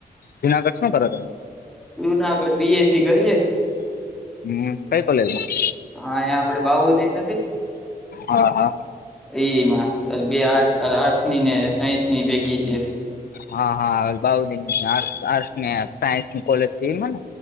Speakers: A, on the left; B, in the centre.
A: જૂનાગઢ શું કર તમે?
B: જુનાગઢ બી એસ સી કરીએ.
A: હમ્મ, કઈ કોલેજમાં?
B: અહી આપડે બાઉદીન
A: હા હા.
B: એ મા સલબે આર્ટ આર્ટસ અરે આટ્સની ને સાયન્સની ભેગી શે.
A: હા હા હવે બાઉદની આર્ટસ આટ્સની ને સાયન્સની કોલેજ છે ઈમાને?